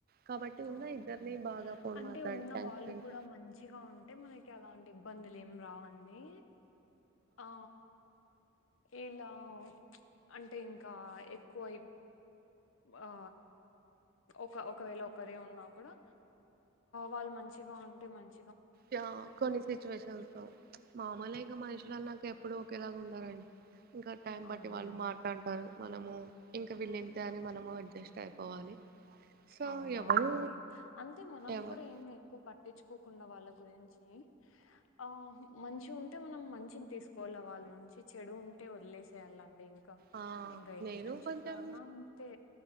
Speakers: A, on the right; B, on the left.
A: కాబట్టి ఉన్న
B: అవునులేండి
A: ఇద్దరిని బాగా ఫోన్
B: అంటే
A: మాట్లాడి
B: ఉన్న
A: టైం
B: వాళ్ళు
A: స్పెండ్
B: కూడా మంచిగా ఉంటే మనకి ఎలాంటి ఇబ్బందులు ఏం రావండి ఆ ఇలా అంటే ఇంకా ఎక్కువ ఆ ఒక ఒకవేళ ఒకరే ఉన్నా కూడా వాళ్ళు మంచిగా ఉంటే మంచి
A: యా కొన్ని సిచ్యువేషన్స్ లో మామూలే ఇంకా మనుషులు అన్నాక ఎప్పుడు ఒకేలాగ ఉండర్ ఇంకా టైం
B: అవునండి
A: బట్టి వాళ్ళు మాట్లంటారు మనము ఇంక వీళ్ళ ఎంత అని మనము అడ్జస్ట్ అయిపోవాలి. సో
B: అవునవునండి
A: ఎవరు
B: అంతే మనం
A: ఎవరు
B: కూడా ఏం ఎక్కువ పట్టించు తక్కుకున్న వాళ్ళ గురించి ఆ మంచి ఉంటే మనం మంచిని తీసుకోవాలి. వాళ్ళ నుంచి చెడు ఉంటే వదిలేసేయాలండి. ఇం ఇంక
A: ఆ
B: ఇంకా ఏ
A: నేను
B: ఫ్రెండ్షిప్
A: కొంచెం
B: లో ఉన్నా అంతే